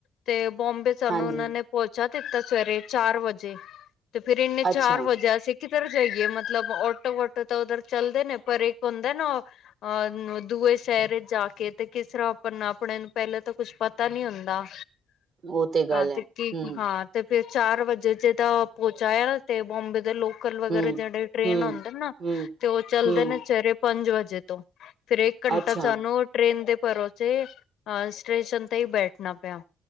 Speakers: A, on the left; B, on the right.
A: ਤੇ ਬੋਂਬੇ ਸਾਨੂੰ
B: ਹਾਂਜੀ
A: ਉਹਨਾਂ ਨੇ ਪਹੁੰਚਾ ਦਿੱਤਾ, ਸਵੇਰੇ ਚਾਰ-ਵਜੇ। ਤੇ ਫਿਰ, ਇੰਨੇ ਚਾਰ
B: ਅੱਛਾ
A: ਵਜੇ ਅਸੀ ਕਿਧਰ ਜਾਈਏ ਮਤਲਬ, ਆਟੋ-ਵਾਟੋ ਤਾਂ ਉੱਧਰ ਚੱਲਦੇ ਨੇ ਪਰ ਇੱਕ ਹੁੰਦਾ ਨਾ, ਅਂ ਦੂਏ ਸ਼ਹਿਰ ਇੱਚ ਜਾਕੇ, ਤੇ ਕਿਸ ਰਹਾ ਤਰ੍ਹਾਂ ਆਪਨ, ਆਪਣੇ ਨੂੰ ਪਹਿਲਾਂ ਤਾਂ ਕੁਛ ਪਤਾ ਨੀ ਹੁੰਦਾ।
B: ਉਹ ਗੱਲ
A: ਹਾ,
B: ਹੈ
A: ਤੇ ਕੀ-ਕੀ,
B: ਹੂੰ
A: ਹਾ। ਤੇ ਫਿਰ ਚਾਰ ਵਜੇ ਜਦੋ ਪਹੁਚਾਯਾ ਨਾ, ਤੇ ਬੌਂਬੇ ਦੇ ਲੋਕ ਲੋਕਲ ਵਗੈਰਾ
B: ਹੂੰ
A: ਜਿਹੜੇ ਟ੍ਰੇਨ
B: ਹੂੰ
A: ਹੁੰਦੇਨ ਨਾ,
B: ਹੂੰ
A: ਤੇ ਉਹ ਚਲਦੇ
B: ਹੂੰ
A: ਨੇ ਸਵੇਰੇ ਪੰਜ ਵਜੇ ਤੋਂ। ਫਿਰ ਇੱਕ ਘੰਟਾ
B: ਅੱਛਾ
A: ਸਾਨੂੰ, ਟ੍ਰੇਨ ਦੇ ਭਰੋਸੇ ਅ ਸਟੇਸ਼ਨ ਤੇ ਹੀ ਬੈਠਣਾ ਪਿਆ।